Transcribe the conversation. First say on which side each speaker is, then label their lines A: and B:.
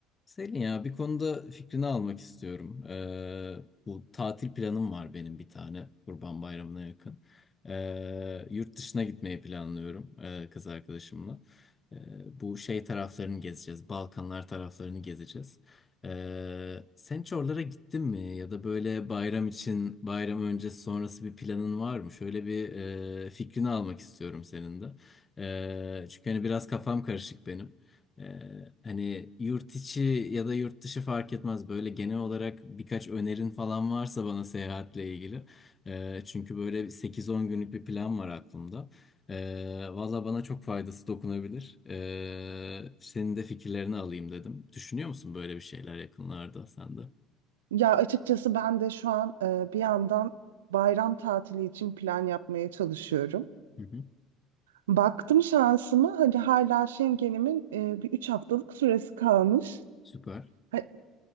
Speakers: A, on the left; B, on the right.
A: Selin ya bir konuda fikrini almak istiyorum. Ee, bu tatil planım var benim bir tane Kurban Bayramı'na yakın. Ee, yurt dışına gitmeyi planlıyorum e, kız arkadaşımla. Ee, bu şey taraflarını gezeceğiz. Balkanlar taraflarını gezeceğiz. Ee, sen hiç oralara gittin mi? Ya da böyle bayram için bayram öncesi sonrası bir planın var mı? Şöyle bir e, fikrini almak istiyorum senin de. Ee, çünkü hani biraz kafam karışık benim. Ee, hani yurt içi ya da yurt dışı fark etmez. Böyle genel olarak birkaç önerin falan varsa bana seyahatle ilgili. Ee, çünkü böyle sekiz on günlük bir plan var aklımda. Ee, valla bana çok faydası dokunabilir. Ee, senin de fikirlerini alayım dedim. Düşünüyor musun böyle bir şeyler yakınlarda sen de?
B: Ya açıkçası ben de şu an e, bir yandan bayram tatili için plan yapmaya çalışıyorum.
A: Hı hı.
B: Baktım şansıma hani hala Schengen'imin e, bir 3 haftalık süresi kalmış.
A: Süper.
B: Ha-